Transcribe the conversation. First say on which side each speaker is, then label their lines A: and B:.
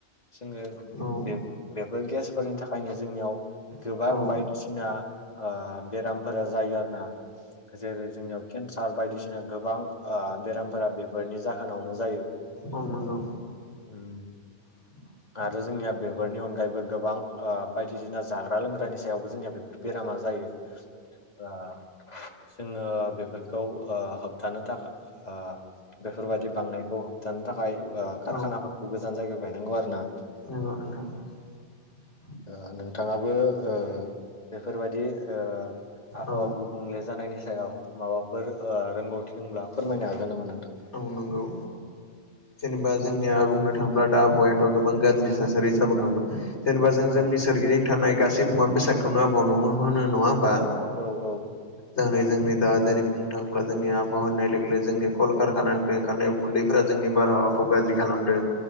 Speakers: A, on the left; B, on the left.
A: जोंङो
B: औ
A: बे बेफोर गेसफोरनि थाखायनो जोंनियाव गोबां
B: नंगौ
A: बायदिसिना ओ बेरामफोरा जायो आर ना जेरै जोंनियाव केन्सार बायदिसिना गोबां ओबेरामफोरा बेफोरनि जाहोनावनो जायो।
B: औ नंगौ
A: उम
B: <inaudible>
A: आरो जोंनिया बेफोरनि अनगायैबो गोबां ओ बायदिसिना जाग्रा लोंग्रानि सायावबो जोंनिया बे बेरामा जायो। ओ जोङो बेफोरखौ ओ होबथानो थाखाय ओ बेफोरबायदि बांनायखौ होबथानो थाखाय ओ खारखानाफोरखौ
B: औ
A: गोजान जायगायाव गायनांगौ आरो ना।
B: नंगौ नोंथां। <inaudible>
A: ओ नोंथाङाबो ओ बेफोरबायदि ओ आबहावा
B: औ
A: गुबुंलेेजानायनि सायाव माबाफोर रोंगौथि दंब्ला फोरमायनो हागोन नामा नोंथां?
B: औ नंगौ। जेनेबा जोंनिया बुंनो थाङोब्ला दा आबहावायाथ' गोबां गाज्रि थासारि जाबोनो हमदों। जेनेबा जों जोंनि
A: औ
B: सोरगिदिं थानाय गासै मुवा बेसादखौनो आबहावा नङा होनो नङा होमबा।
A: औ औ
B: दिनै जोंनि दा जेरै बुंनो थाङोब्ला जोंनि आबहावा होननाय लोगो लोगो जोंनि कलखारखाना निफ्राइ ओंखारनाय उखुन्दैफोरा जोंनि बारहावाखौ गाज्रि खालामदों